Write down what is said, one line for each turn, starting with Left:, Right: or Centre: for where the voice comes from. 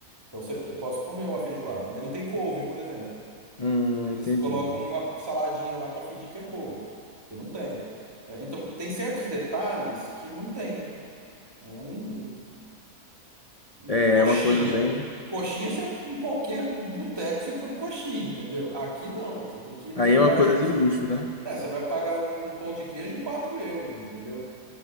Right: Então, você- eu posso comer uma feijoada, mas não tem couve, por exemplo.
Left: hum,
Right: Eles
Left: entendi.
Right: colocam uma saladinha lá para fingir que é couve, que não tem. É, então, tem certos detalhes que não tem. né? Não- não-
Left: É
Right: coxinha.
Left: é uma coisa bem.
Right: Coxinha, você, com qualquer boteco, você come coxinha, entendeu? Aqui não. Você tem que ir num
Left: Aí
Right: lugar
Left: é uma coisa
Right: específico.
Left: de luxo, né?
Right: É, você vai pagar um, um pão de queijo 4 euros, entendeu?